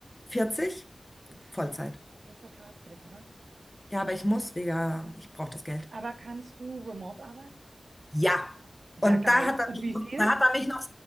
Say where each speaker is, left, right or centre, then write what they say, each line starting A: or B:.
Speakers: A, on the left; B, on the right.
A: 40,
B: Uff,
A: Vollzeit.
B: das wird hart für dich, oder?
A: Ja, aber ich muss, wegen, ich brauche das Geld.
B: Aber kannst du remote arbeiten?
A: Ja.
B: Ja,
A: Und
B: geil.
A: da hat er
B: Und
A: mich
B: wie
A: noch,
B: viel?
A: da hat er mich noch,